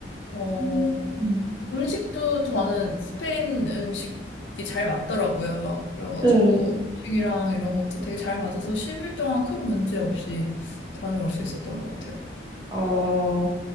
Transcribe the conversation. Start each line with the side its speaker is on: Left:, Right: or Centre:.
Left: 어
Right: 음,
Left: 음식도 저는 스페인 음식이 잘 맞더라고요. 그래가지고
Right: 네.
Left: 음식이랑 이런 것도 되게 잘 맞아서 10일 동안 큰 문제 없이 다녀올 수 있었던 것 같아요.
Right: 어,